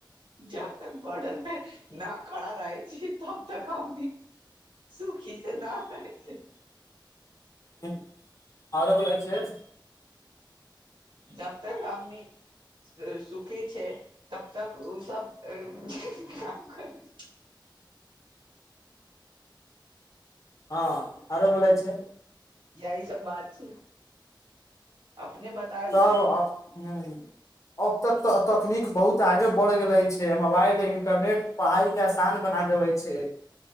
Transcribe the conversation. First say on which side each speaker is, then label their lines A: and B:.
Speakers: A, on the right (about 75°); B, on the left (about 40°).
A: जब तक बॉर्डर पे न खड़ा रहै छैय तब तक हमनी सुखी <unintelligible>
B: ह्म और बोलै छैय।
A: जब तक हमनी सुखी छैय तब तक ओ सब काम करै
B: <inaudible> हँ आरो बोलै छै
A: यही सब बात छै अपने बताय
B: तब
A: छै
B: ह अब तक तऽ तखनीक बहुत आगे बढ़ गेले छै मोबाइल इंटरनेट पढ़ाई के आसान बना देबे छै